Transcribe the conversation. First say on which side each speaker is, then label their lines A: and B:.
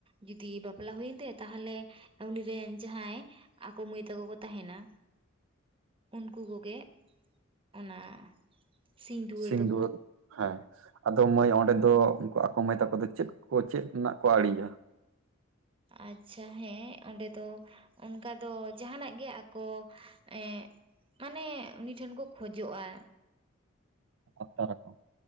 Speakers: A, on the right; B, on the right.
A: ᱡᱩᱫᱤ ᱵᱟᱯᱞᱟ ᱦᱩᱭ ᱮᱱ ᱛᱟᱭᱟ ᱛᱟᱦᱚᱞᱮ ᱩᱱᱤ ᱨᱮᱱ ᱡᱟᱦᱟᱸᱭ ᱟᱠᱚ ᱢᱟᱹᱭ ᱛᱟᱠᱳ ᱠᱚ ᱛᱟᱦᱮᱱᱟ ᱩᱱᱠᱩ ᱠᱚᱜᱮ ᱚᱱᱟ ᱥᱤᱸᱫᱩᱣᱟᱹ
B: ᱥᱤᱧ
A: ᱫᱚᱠᱚ
B: ᱫᱩᱣᱟᱹᱨ ᱦᱮᱸ ᱟᱫᱚ ᱢᱟᱹᱭ ᱚᱸᱰᱮ ᱫᱚ ᱩᱱᱠᱩ ᱟᱠᱚ ᱢᱟᱹᱭ ᱛᱟᱠᱚ ᱫᱚ ᱪᱮᱫ ᱠᱚ ᱪᱮᱫ ᱨᱮᱱᱟᱜ ᱠᱚ ᱟᱹᱲᱤᱭᱟ
A: ᱟᱪᱪᱷᱟ ᱦᱮᱸ ᱚᱸᱰᱮ ᱫᱚ ᱚᱱᱠᱟ ᱫᱚ ᱡᱟᱦᱟᱸᱱᱟᱜ ᱜᱮ ᱟᱠᱚ ᱮᱸ ᱢᱟᱱᱮ ᱩᱱᱤ ᱴᱷᱮᱱ ᱠᱚ ᱠᱷᱚᱡᱚᱜ-ᱟ
B: ᱟᱵᱫᱟᱨ ᱟᱠᱚ